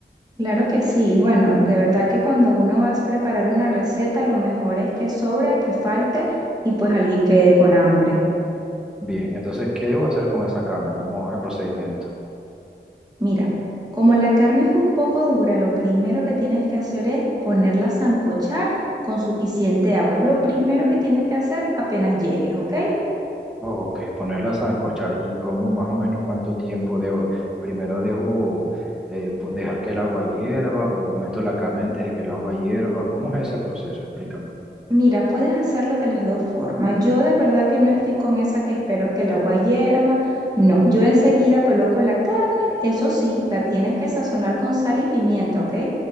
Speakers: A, on the right; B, in the centre.
A: Claro que sí, y bueno, de verdad que cuando uno va a preparar una receta, lo mejor es que sobra, que falte y pues alguien quede con hambre.
B: Bien, entonces, ¿qué debo hacer con esa carne? ¿Cómo es el procedimiento?
A: Mira, como la carne es un poco dura, lo primero que tienes que hacer es ponerla a sancochar con suficiente agua. Es lo primero que tienes que hacer apenas llegues, ¿ok?
B: Ok, ponerla a sancochar y cómo más o menos cuánto tiempo debo. Primero debo eh, pu- dejar que el agua hierva o meto la carne antes de que el agua hierva. ¿Cómo es ese proceso? Explícame.
A: Mira, puedes hacerlo de las dos formas. Yo de verdad que no estoy con esa que espero que el agua hierva. No, yo enseguida coloco la carne. Eso sí, la tienes que sazonar con sal y pimienta, ¿ok?